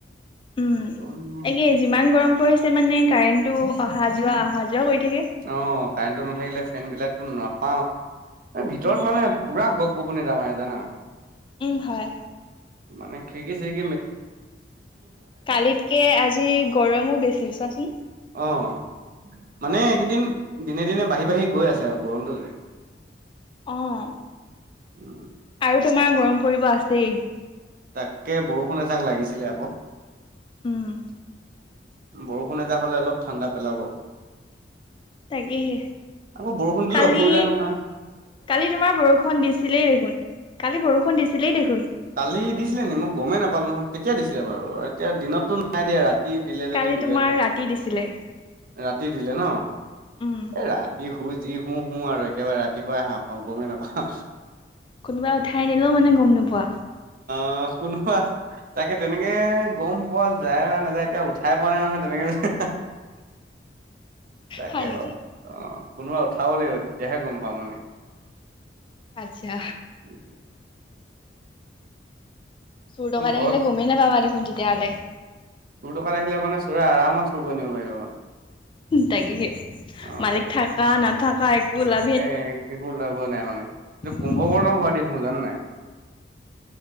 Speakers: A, on the left; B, on the right.
A: উম,
B: উম,
A: একে যিমান গৰম পৰিছে মানে কাৰেণ্টটো অহা যোৱা অহা যোৱা কৰি থাকে।
B: অ কাৰেণ্টটো নাথাকিলে ফেনবিলাকো নাপাও, এ ভিতৰত
A: উম,
B: মানে পুৰা গপ গপ পুনি দমাই জানা?
A: উম হয়।
B: মানে খিৰকি চিৰ
A: কালিতকে আজি গৰমো বেছি চোৱাচোন?
B: অঁ মানে এইকেইদিন দিনে দিনে বাঢ়ি বাঢ়ি গৈ আছে আৰু-
A: অ',
B: <unintelligible>
A: আৰু তোমাৰ গৰম পৰিব আছেই-
B: তাতকে বৰষুণ এজাক লাগিছিলে আকৌ-
A: উম-
B: বৰষুণ এজাক হ'লে অলপ ঠাণ্ডা পেলাব-
A: তাকেহে-
B: আকৌ বৰষুণ দিলেও
A: কালি
B: অসুবিধা নহয় -
A: কালি তোমাৰ বৰষুণ দিছিলেই দেখোন কালি বৰষুণ দিছিলেই দেখোন-
B: কালি দিছিলে মই গমেই নাপালো নহয় কেতিয়া দিছিলে বাৰু? এতিয়া দিনতো নাই দিয়া ৰাতি- দিলে যদি
A: কালি
B: দিলে
A: তোমাৰ
B: চাই
A: ৰাতি দিছিলে
B: ৰাতি দিলে ন
A: উম।
B: এ ৰাতি শুই- যি শু শু আৰু একেবাৰে ৰাতিপুৱাই সাৰ পাওঁ গমেই নাপাওঁ-
A: কোনোবাই উঠাই আনিলেও মানে গম নোপোৱা?
B: অ কোনোবা- তাকে তেনেকে গম পোৱা যায় না নাযায়, এতিয়া উঠাই পোৱা নাই নহয়, তেনেকে যে- তাকে
A: হয় নেকি
B: অ- কোনোবাই উঠাব লাগিব তেতিয়াহে গম পাওঁ মানে-
A: আত্ছা!
B: <unintelligible>
A: চোৰ দকাইড
B: ঘৰত
A: আহিলে গমেই নাপাবা দেখোন তেতিয়াহ'লে-
B: চোৰ দকাত আহিলে মানে চোৰে আৰামত চুৰ কৰি নিব পাৰিব মানে
A: তাকেহে
B: অ
A: মালিক থাকা নাথকা একো ল-
B: এ একো লাভ নাই মানে
A: উম,
B: কুম্ভকৰ্ণ হোৱা দি - জান নাই